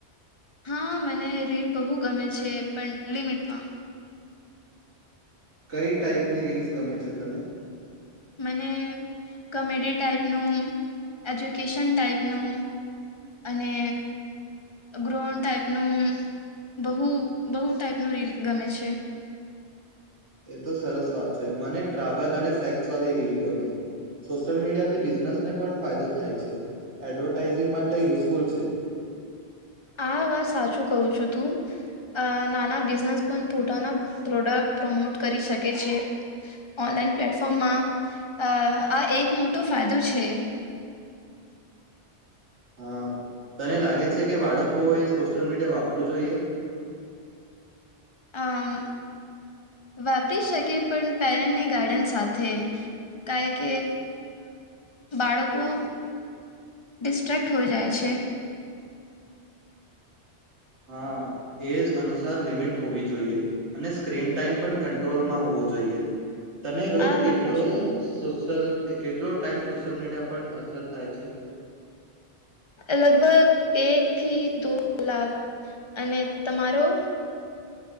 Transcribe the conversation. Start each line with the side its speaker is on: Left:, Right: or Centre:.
Left: હા, મને રીલ બહુ ગમે છે, પણ લિમિટમાં.
Right: કઈ ટાઈપની રીલ્સ ગમે છે તને?
Left: મને, કમેડી ટાઈપનું, એજ્યુકેશન ટાાઈપનું, અને ગ્રોન ટાઇપનું બહુ, બહુ ટાઈપનું રીલ ગમે છે.
Right: એ તો સરસ વાત છે. મને ટ્રાવેલ અને ફેક્ટ્સવાલી રીલ ગમે. સોશિયલ મીડિયા થી બિઝનેસને પણ ફાયદો થાય છે. એડવર્ટાઈઝિંગ માટે યુઝફુલ છે.
Left: આ વાત સાચું કહું છું તું. અ નાના બિઝનેસ પન પોતાના પ્રોડક્ટ પ્રમોટ કરી શકે. કે છે. ઓનલાઈન પ્લેટફોર્મમાં, અ આ એક મોટો ફાયદો છે.
Right: હા, તને લાગે છે કે બાળક કો એ સોશિયલ મીડિયા વાપરવું જોઈએ?
Left: આમ. વાપરી શકે, પણ પેરેન્ટની ગાઈડન્સ સાથે. કાય કે બાળકો ડિસ્ટ્રેક્ટ હોઈ જાય છે.
Right: હા, એજ અનુસાર લિમિટ હોવી જોઈએ, અને સ્ક્રીન ટાઈમ પન કન્ટ્રોલમાં હોવો જોઈએ. તને રોજ
Left: આ
Right: કેટલો
Left: વાત સાચું છે.
Right: સોશલ એ કેટલો ટાઈમ સોશિયલ મીડિયા પર અસર થાય છે?
Left: લગભગ એક થી દો કલાક. અને તમારો?